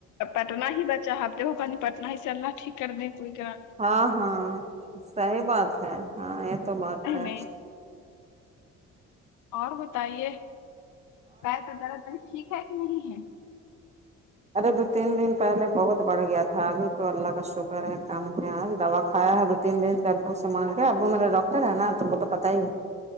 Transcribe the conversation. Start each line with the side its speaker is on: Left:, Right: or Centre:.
Left: پٹنہ ہی بچا آپ دیکھو کہ اب پٹنہ ہی سے اللہ ٹھیک کر دیں تو کا
Right: ہاں ہاں صحیح بات ہے ہاں یہ تو بات
Left: نہیں
Right: ہے
Left: نہیں اور بتائیے پیر کا درد ٹھیک ہے کہ نہیں ہے
Right: ارے دو تین دن پہلے بہت بڑھ گیا تھا ابھی تو اللہ کا شکر ہے کم ہے آج دوا کھیا ہے دو تین دن سے ابو سے مانگ کے ابو میرا ڈاکٹر ہے نا تمہی تو پتا ہی